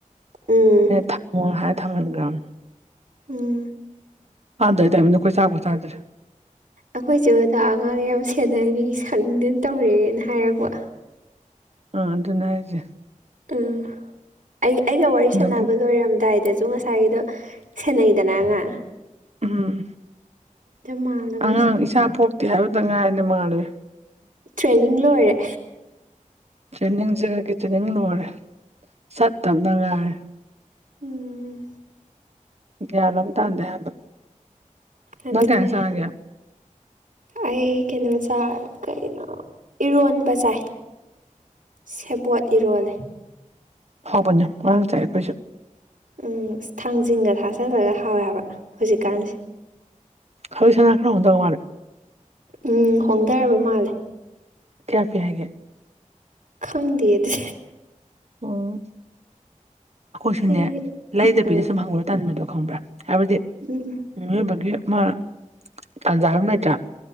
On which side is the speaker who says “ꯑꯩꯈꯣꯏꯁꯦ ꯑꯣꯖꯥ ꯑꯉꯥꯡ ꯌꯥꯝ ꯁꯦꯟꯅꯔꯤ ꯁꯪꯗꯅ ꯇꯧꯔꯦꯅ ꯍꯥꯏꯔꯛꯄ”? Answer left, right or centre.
Right